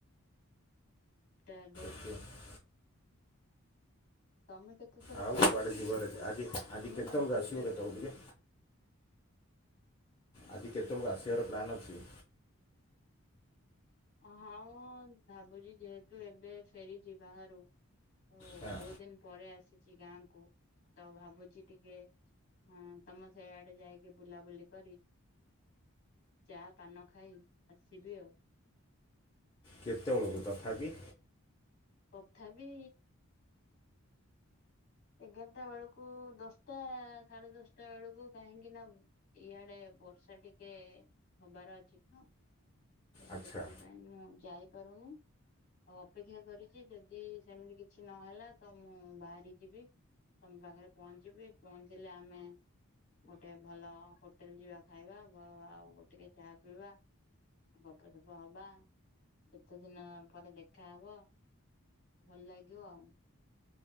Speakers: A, on the left; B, on the left.
A: ଟା
B: <inaudible>
A: ତମେ କେତେ ଥର
B: ଆଉ
A: ଗାଧେଇଚ
B: କୁଆଡ଼େ ଯିବାର
A: ସମୁଦ୍ରରେ
B: ଅଛି ଆଜି ଆଜି
A: ମୁଁ
B: କେତେବେଳକୁ
A: ଦୁଇଥର
B: ଆସିବ କେତେବେଳକୁ
A: ଗାଧେଇଚି।
B: ଯେ ଆଜି କେତୋଳକୁ ଆସିବାର ପ୍ଲାନ୍ ଅଛି?
A: ହଁ ଭାବୁଚି ଯେହେତୁ ଏବେ ଫେରିଚି ବାହାରୁ ଓ
B: ହଁ
A: ବୋହୁତ ଦିନ ପରେ ଆସିଚି ଗାଁକୁ ତ ଭାବୁଚି ଟିକେ ହଁ ତମ ସେ ଆଡେ ଯାଇକି ବୁଲାବୁଲି କରି ଚା ପାନ ଖାଇ ଆସିବି ଆଉ।
B: କେତେବେଳକୁ ତଥାପି?
A: ତଥାପି ଏଗାରଟା ବେଳକୁ ଦଶଟା ସାଢେ ଦଶଟା ବେଳକୁ କାହିଁକିନା ଇଆଡେ ବର୍ଷା ଟିକେ ହବାର ଅଛି ତ। ତ
B: ଆଚ୍ଛା
A: ସେଥିପାଇଁ ମୁଁ ଯାଇପାରୁନି। ଆଉ ଅପେକ୍ଷା କରିଚି ଯଦି ସେମିତି କିଛି ନହେଲା ତ ମୁଁ ବାହାରି ଯିବି। ତମ ପାଖରେ ପହଞ୍ଚିବି ପହଞ୍ଚିଲେ ଆମେ ଗୋଟେ ଭଲ ହୋଟେଲ ଯିବା ଖାଇବା ଆଉ ଟିକେ ଚାହା ପିଇବା। ଗପସପ ହବା ଏତେ ଦିନ ପରେ ଦେଖା ହବ। ଭଲ ଲାଗିବ ଆଉ।